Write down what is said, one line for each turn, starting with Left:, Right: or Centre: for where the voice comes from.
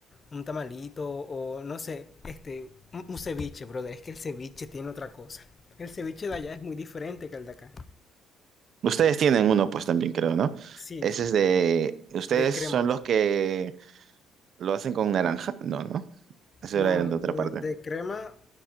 Left: un tamalito o no sé, este, un, un ceviche, brother. Es que el ceviche tiene otra cosa. El ceviche de allá es muy diferente que el de acá.
Right: Ustedes tienen uno, pues también creo, ¿no?
Left: Sí,
Right: Ese es de. Ustedes
Left: de cremas.
Right: son los que lo hacen con naranja. No, no. Eso
Left: No,
Right: era de
Left: eh,
Right: otra parte.
Left: de crema,